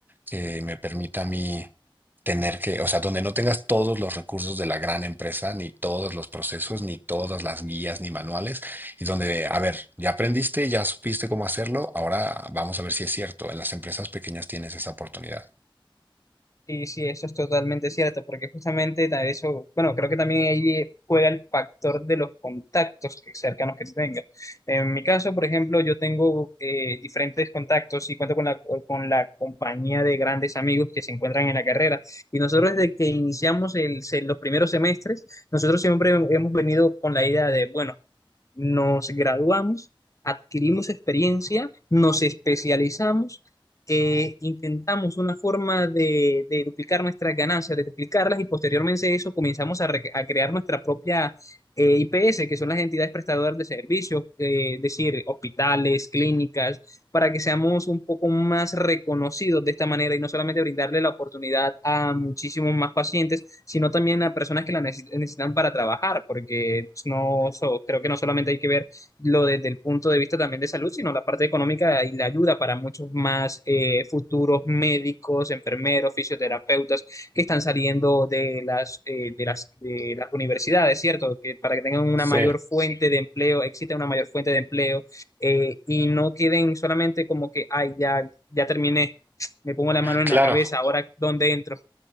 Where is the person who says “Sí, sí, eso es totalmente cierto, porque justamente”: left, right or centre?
Left